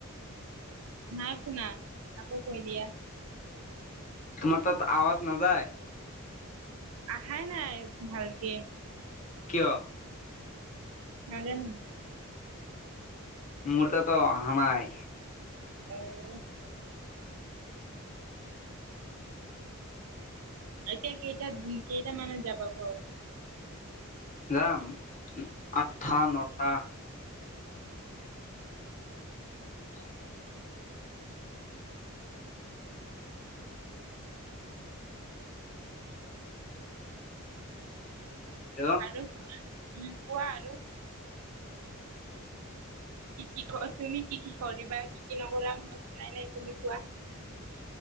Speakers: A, on the right (about 75°); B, on the left (about 35°).
A: নাই শুনা, আাকৌ কৈ দিয়া।
B: তোমাৰ তাত আৱাজ নাযায়?
A: আহাই নাই ভালকে।
B: কিয়?
A: নাজোনো।
B: মোৰ তাতো অহা নাই।
A: অও। এতিয়া কেইটা-কেইটামানত যাবা ঘৰ?
B: যাম, আঠটা নটা। <inaudible> কিয়?
A: আৰু কোৱা আৰু? কি, কি কৰ তুমি কি, কি কৰিবা কি, কি নকৰা মই শুনাই নাই তুমি কোৱা।